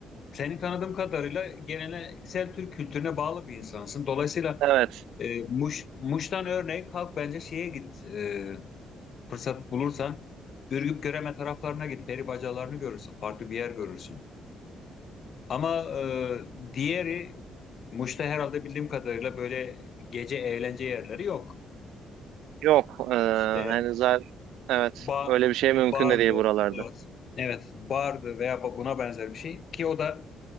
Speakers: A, on the left; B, on the right.
A: seni tanıdığım kadarıyla geleneksel Türk kültürüne bağlı bir insansın. Dolayısıyla
B: Evet,
A: E, Muş, Muş'tan örneğin kalk bence şeye git. e, fırsat bulursan Ürgüp Göreme taraflarına git. Peri bacalarını görürsün. Farklı bir yer görürsün. Ama e, diğeri Muş'ta herhalde bildiğim kadarıyla böyle gece eğlence yerleri yok.
B: yok. Ee,
A: İşte
B: hani zaten evet
A: ba,
B: öyle bir şey mümkün
A: bardı.
B: de değil buralarda.
A: biraz. Evet, bardı veya ba- buna benzer bir şey ki o da